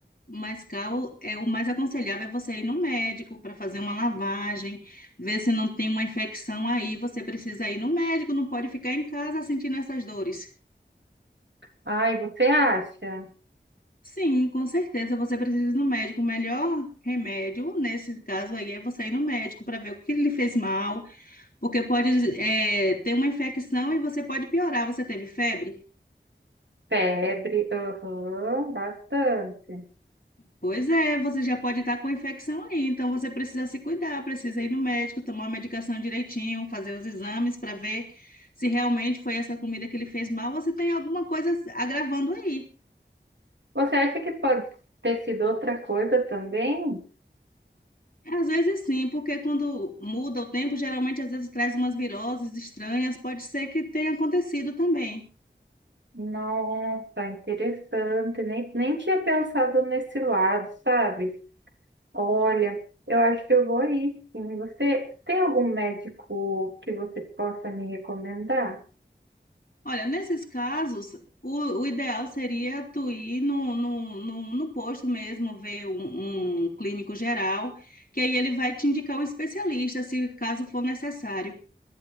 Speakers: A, on the left; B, on the right.
A: Mas, Cal, é o mais aconselhável é você ir no médico para fazer uma lavagem, ver se não tem uma infecção aí. Você precisa ir no médico, não pode ficar em casa sentindo essas dores.
B: Ai, você acha?
A: Sim, com certeza você precisa ir no médico. O melhor remédio nesse caso aí é você ir no médico para ver o que lhe fez mal, porque pode, é, ter uma infecção e você pode piorar. Você teve febre?
B: Febre, aham, bastante.
A: Pois é, você já pode estar com infecção aí, então você precisa se cuidar, precisa ir no médico, tomar a medicação direitinho, fazer os exames para ver se realmente foi essa comida que ele fez mal você tem alguma coisa agravando aí.
B: Você acha que pode ter sido outra coisa também?
A: Às vezes sim, porque quando muda o tempo, geralmente às vezes traz umas viroses estranhas, pode ser que tenha acontecido também.
B: Nossa, interessante. Nem, nem tinha pensado nesse lado, sabe? Olha, eu acho que eu vou ir, sim. Você tem algum médico que você possa me recomendar?
A: Olha, nesses casos, o, o ideal seria tu ir no, no, no, no posto mesmo, ver um, um clínico geral, que aí ele vai te indicar um especialista, se caso for necessário.